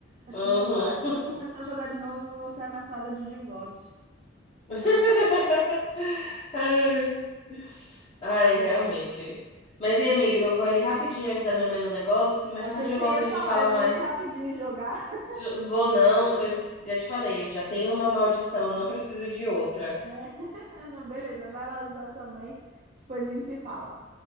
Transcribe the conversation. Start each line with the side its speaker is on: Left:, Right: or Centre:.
Right: Acho
Left: uhum.
Right: que eu vou- acho que se eu começar a jogar de novo, eu vou ser ameaçada de divórcio.
Left: <laughs> Ai, Ai, realmente. Mas, hein, amiga, eu vou ali rapidinho ajudar minha mãe no negócio e mais
Right: Achei
Left: tarde
Right: que
Left: eu
Right: você
Left: volto
Right: ia
Left: e a gente
Right: falar,
Left: fala
Right: eu vou
Left: mais.
Right: ali rapidinho jogar. <laughs>
Left: Já- não Vou não, eu já te falei, já tenho uma maldição, eu não preciso de outra.
Right: É. Não, beleza, vai lá ajudar sua mãe. Depois a gente se fala.